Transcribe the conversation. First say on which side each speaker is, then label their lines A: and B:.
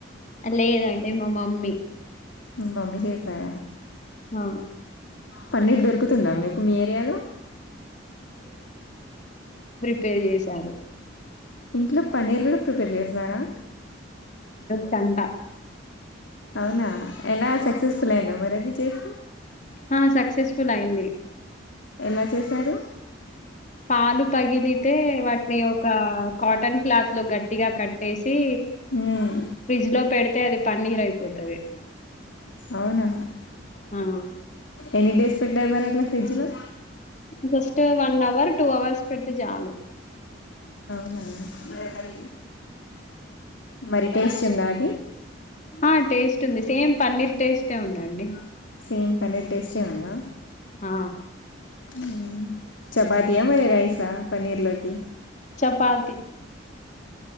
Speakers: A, on the left; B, on the left.
A: లేదండి మా మమ్మీ
B: మమ్మీ చేసార
A: ఆ
B: పన్నీర్ దొరుకుతుందా మీకు మీ ఏరియాలో
A: పే చేసారు
B: ఇంట్లో పన్నీర్ కూడా ప్రిపేర్ చేసినారా
A: చంట
B: అవునా ఎలా సక్సెస్ఫుల్ ఐందా మరది చేస్తే
A: ఆ సక్సెస్ఫుల్ అయింది
B: ఎలా చేశారు
A: పాలు పగిలితే వాటిని ఒక కాటన్ క్లాత్ లో గట్టిగా కట్టేసి
B: మ్మ్
A: ఫ్రిడ్జ్ లో పెడితే అది పన్నీరు అయిపోతది
B: అవునా
A: ఆ
B: ఎన్ని డేస్ పెట్టావ్ మరి అట్లా ఫ్రిడ్జ్లో
A: just one hour two hours పెడితే చాలు
B: హ అదా కర్రి మరీ టేస్ట్ ఉందా అది
A: ఆ టేస్ట్ ఉంది సేమ్ పన్నీర్ టేస్టే ఉందండి.
B: సేమ్ పన్నీర్ టేస్టే ఉందా
A: ఆ
B: ఉ చపాతీయ రవుయ్ రైసా పన్నీర్ లోకి
A: చపాతి